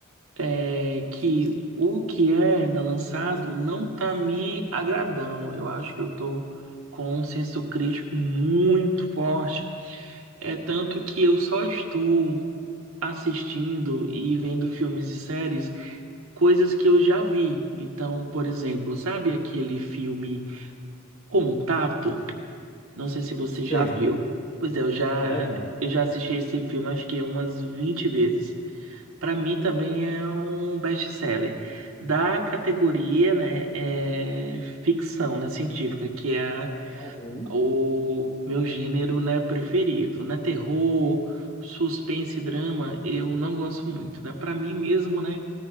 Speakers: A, on the right (about 75°); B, on the left (about 50°).
A: é, que o que é lançado não está me agradando. Eu acho que eu estou com um senso crítico muito forte. É tanto que eu só estou assistindo e vendo filmes e séries, coisas que eu já vi. Então, por exemplo, sabe aquele filme Contato? Não sei se você já
B: Sei,
A: viu. Pois é, eu já,
B: já vi.
A: eu já assisti esse filme acho que umas 20 vezes. Para mim também é um best-seller da categoria, né, é ficção, né, científica, que é
B: Uhum.
A: o meu gênero, né, preferido, né, terror, suspense e drama, eu não gosto muito, né? Para mim mesmo, né,